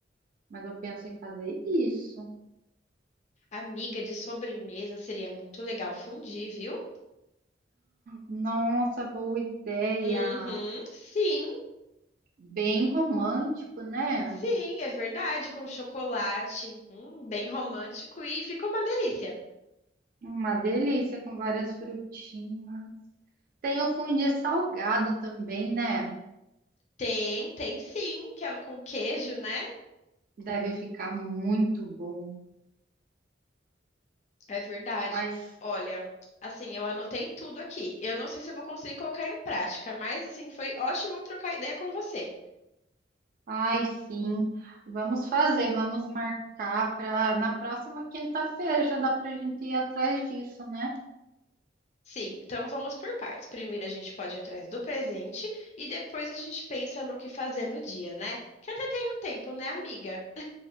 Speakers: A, on the right (about 50°); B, on the left (about 40°).
A: mas eu penso em fazer isso.
B: Amiga de sobremesa seria muito legal fundir, viu?
A: Nossa, boa ideia.
B: Uhum, sim,
A: Bem romântico, né?
B: sim, é verdade, com chocolate, hum, bem romântico e fica uma delícia.
A: Uma delícia com várias frutinhas. Tem o fondue salgado também, né?
B: Tem, tem sim, que é o com queijo, né?
A: Deve ficar muito bom.
B: É verdade.
A: Mas,
B: Olha, assim, eu anotei tudo aqui. Eu não sei se eu vou conseguir colocar em prática, mas assim, foi ótimo trocar ideia com você.
A: ai, sim. Vamos fazer, vamos marcar para na próxima quinta-feira. Já dá para a gente ir atrás disso, né?
B: Sim, então vamos por partes. Primeiro a gente pode ir atrás do presente e depois a gente pensa no que fazer no dia, né? Que até tem um tempo, né, amiga?